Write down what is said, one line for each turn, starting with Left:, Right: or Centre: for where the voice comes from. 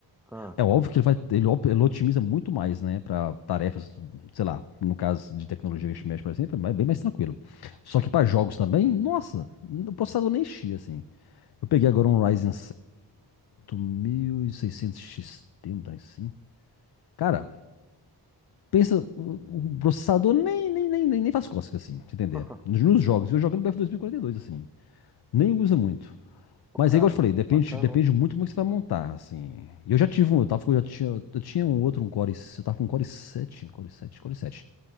Centre: Ah,
Left: é óbvio que ele vai, ele, op- ele otimiza muito mais, né, para tarefas, sei lá, no caso de tecnologia que a gente mexe, por exemplo, é mais- bem mais tranquilo. Só que para jogos também, nossa, o processador nem enchia, assim. Eu peguei agora um Ryzen 7 8600 XT, um trem assim. Cara, pensa, o processador nem, nem, nem, nem, nem faz cócega, assim, pra você entender.
Centre: <laughs>
Left: Nos, nos jogos, eu jogo no BF 2042, assim, nem usa muito.
Centre: Pô,
Left: Mas
Centre: cara,
Left: aí, igual eu te falei, depende,
Centre: bacana.
Left: depende muito como é que você vai montar, assim. E eu já tive um, eu tava, com- eu já tinha, eu tinha um outro, um Core, eu tava com um Core 7, Core 7, Core 7,